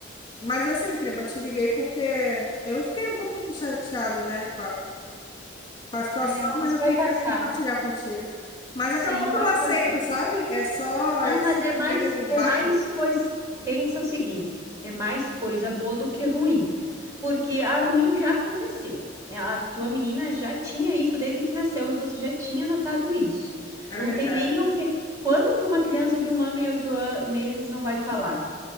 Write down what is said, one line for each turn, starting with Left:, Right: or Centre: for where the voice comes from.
Left: mas assim, prima, te liguei porque eu fiquei um pouquinho chateada, né, com a situação,
Right: é, mas
Left: mas eu
Right: vai
Left: queria
Right: passar.
Left: compartilhar contigo. Mas
Right: Sim,
Left: daqui a pouco
Right: vai
Left: eu aceito,
Right: passar.
Left: sabe? É só
Right: Não,
Left: esse
Right: mas é
Left: primeiro
Right: mais, é
Left: baque.
Right: mais coisa. Pensa o seguinte, é mais coisa boa do que ruim, porque a ruim já aconteceu. É, A tua menina já tinha isso desde que nasceu e você já tinha notado isso.
Left: É
Right: Não
Left: verdade,
Right: tem nem o que. Quando que uma criança de um ano e oito an- meses não vai falar?